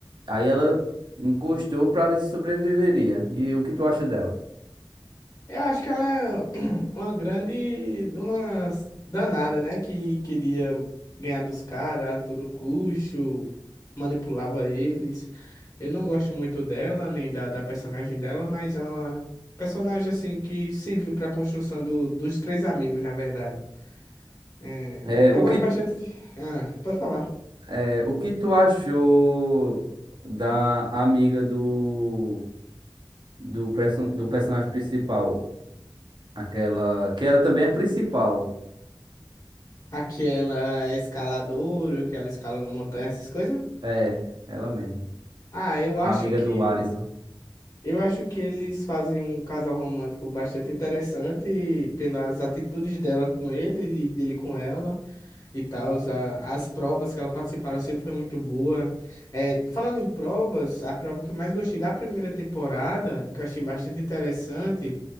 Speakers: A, on the right; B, on the left.
A: Aí ela encostou pra ver se sobreviveria. E o que tu acha dela?
B: Eu acho que ela é <clears throat> uma grande de uma danada, né? Que queria ganhar dos caras a todo custo, manipulava eles. Eu não gosto muito dela, nem da, da personagem dela, mas é uma personagem assim que serviu para a construção do- dos três amigos, na verdade. É,
A: É,
B: eu
A: o
B: gosto
A: que
B: bastante
A: tu,
B: de... Ah, pode falar.
A: é, o que tu achou da amiga do do, perso do personagem principal? Aquela que ela também é principal.
B: Aquela escaladora, que ela escala montanha, essas coisas.
A: É, ela mesma.
B: Ah, eu acho
A: A amiga
B: que
A: do Arizo.
B: Eu acho que eles fazem um casal romântico bastante interessante pelas atitudes dela com ele e dele com ela e tal. As provas que ela participaram sempre foi muito boa. É, falando em provas, a prova que eu mais gostei da primeira temporada, que eu achei bastante interessante,